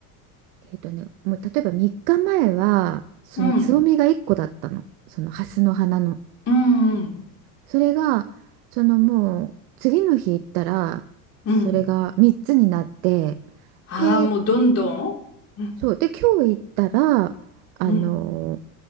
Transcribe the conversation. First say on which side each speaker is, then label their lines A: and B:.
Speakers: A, on the right; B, on the left.
A: えっとね、もう例えば3日前は、そのつぼみが1個だったの。
B: うん。うん。
A: そのハスの花の。
B: うん
A: それが、そのもう、次の日行ったら、
B: うん。
A: それが3つになって、
B: ああー、
A: で、
B: もうどんどんうん
A: そうで今日行ったらあのー
B: うん。